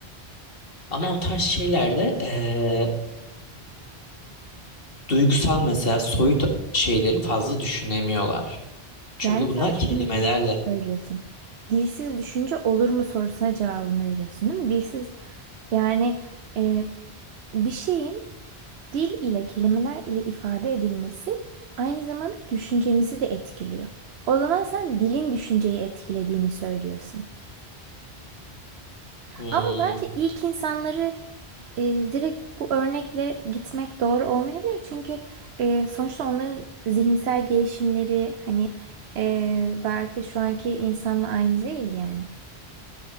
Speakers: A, on the left; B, on the right.
A: Ama o tarz şeylerde eee, duygusal mesela soyut şeyleri fazla düşünemiyorlar. Çünkü
B: Yani
A: bunlar
B: sen şunu
A: kelimelerle
B: düş- söylüyorsun. Dilsiz düşünce olur mu sorusuna cevabını veriyorsun, değil mi? Dilsiz yani e, bir şeyin Dil ile kelimeler ile ifade edilmesi aynı zamanda düşüncemizi de etkiliyor. O zaman sen dilin düşünceyi etkilediğini söylüyorsun.
A: hmm,
B: Ama bence ilk insanları e, direkt bu örnekle gitmek doğru olmayabilir. Çünkü e, sonuçta onların zihinsel gelişimleri hani e, belki şu anki insanla aynı değil yani.